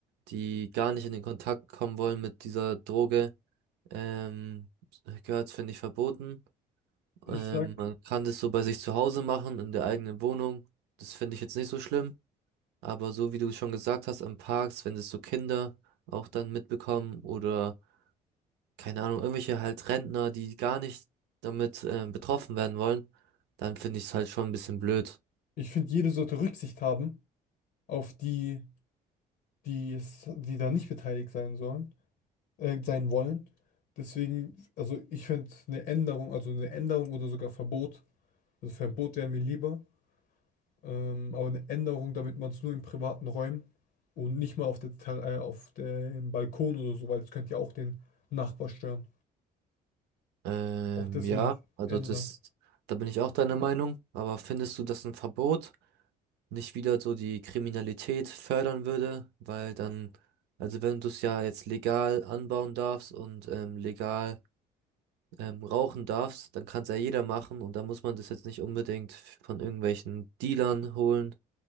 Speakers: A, on the right (about 80°); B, on the left (about 70°).
A: die gar nicht in den Kontakt kommen wollen mit dieser Droge, ähm, gehört's, finde ich, verboten.
B: Ich
A: Ähm,
B: sag,
A: man kann das so bei sich zu Hause machen, in der eigenen Wohnung. Das finde ich jetzt nicht so schlimm. Aber so wie du schon gesagt hast, im Parks, wenn das so Kinder auch dann mitbekommen oder keine Ahnung, irgendwelche halt Rentner, die gar nicht damit äh, betroffen werden wollen, dann finde ich es halt schon ein bisschen blöd.
B: ich finde, jede sollte Rücksicht haben auf die, die, es- die da nicht beteiligt sein sollen, äh, sein wollen. Deswegen, also ich finde eine Änderung, also eine Änderung oder sogar Verbot, also Verbot wäre mir lieber, ähm, aber eine Änderung, damit man es nur in privaten Räumen und nicht mal auf der, Ter- äh, auf dem Balkon oder so, weil das könnte ja auch den Nachbar stören.
A: Ähm,
B: Auch das
A: ja,
B: würde ich
A: also
B: ändern.
A: das, da bin ich auch deiner Meinung. Aber findest du, dass ein Verbot nicht wieder so die Kriminalität fördern würde? Weil dann, also wenn du es ja jetzt legal anbauen darfst und ähm, legal ähm, rauchen darfst, dann kann es ja jeder machen und dann muss man das jetzt nicht unbedingt von irgendwelchen Dealern holen,